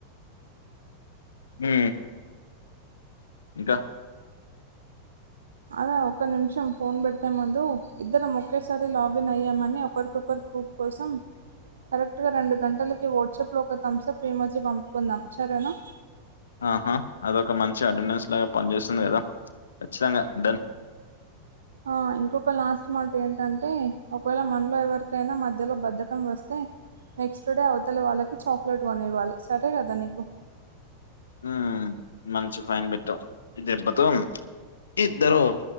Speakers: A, on the left; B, on the right.
A: ఉ ఇంక
B: అద ఒక నిమిషం ఫోన్ పెట్టే ముందు ఇద్దరం ఒకేసారి లాగిన్ అయ్యామని ఒకరికొకరు ప్రూఫ్ కోసం కరెక్ట్గా రెండు గంటలకి వాట్సాప్లో ఒక థమ్సప్ ఈమోజీ పంపుకుందాం సరేనా
A: ఆహ అదొక మంచి అటెండెన్స్ లాగ పనిచేస్తుంది కదా కచ్చితంగా డన్
B: ఆ ఇంకొక లాస్ట్ మాట ఏంటంటే ఒకవేళ మనలో ఎవరికైనా మధ్యలో బద్ధకం వస్తే నెక్స్ట్ డే అవతల వాళ్ళకి చాక్లెట్ కొనివ్వాలి సరే కదా నీకు
A: ఉ మంచి ఫైన్ పెట్టావ్ ఇ దిెబ్బతో ఇద్దరు